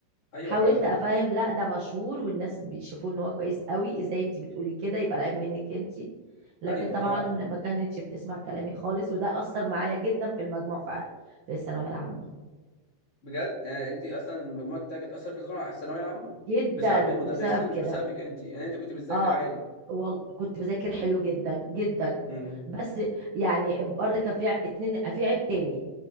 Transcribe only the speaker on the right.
حاولت
افهم لا ده مشهور والناس بيشوفوه ان هو كويس قوي ازاي انت بتقولي كده يبقى العيب منك انت لكن
طبعا
ما كانتش بتسمع كلامي خالص وده اثر معايا جدا في المجموع في في الثانويه العامه
جدا
بسبب
كده
اه
وال... كنت بذاكر حلو جدا جدا
بس يعني برضه كان في ع- اتنين في عيب تاني